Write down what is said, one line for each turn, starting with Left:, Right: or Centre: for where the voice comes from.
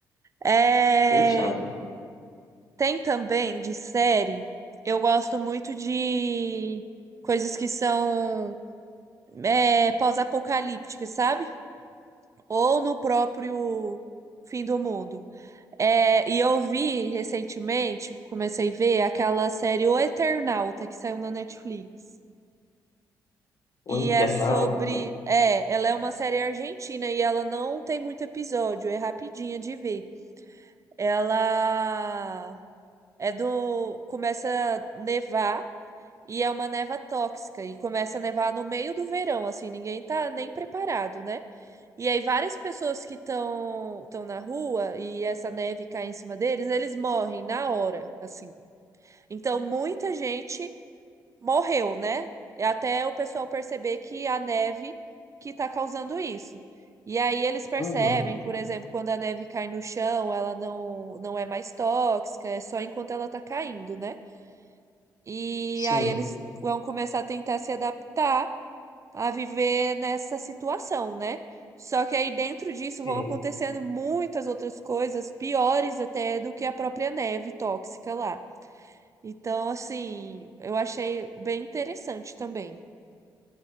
Right: É,
Left: Fechado.
Right: tem também de série, eu gosto muito de coisas que são é, pós-apocalípticas, sabe? Ou no próprio fim do mundo. É, e eu vi recentemente, comecei a ver aquela série O Eternauta que saiu na Netflix. E
Left: O internauta.
Right: é sobre. É, ela é uma série argentina e ela não tem muito episódio, é rapidinha de ver. Ela é do. Começa a nevar e é uma neva tóxica e começa a nevar no meio do verão, assim, ninguém tá nem preparado, né? E aí várias pessoas que estão estão na rua e essa neve cai em cima deles, eles morrem na hora, assim. Então muita gente morreu, né? Até o pessoal perceber que a neve que tá causando isso. E aí eles percebem,
Left: Uhum.
Right: por exemplo, quando a neve cai no chão, ela não não é mais tóxica, é só enquanto ela tá caindo, né? E
Left: Sim,
Right: aí eles vão começar a tentar se adaptar a viver nessa situação, né? Só que aí dentro disso
Left: sim.
Right: vão acontecendo muitas outras coisas piores até do que a própria neve tóxica lá. Então, assim, eu achei bem interessante também.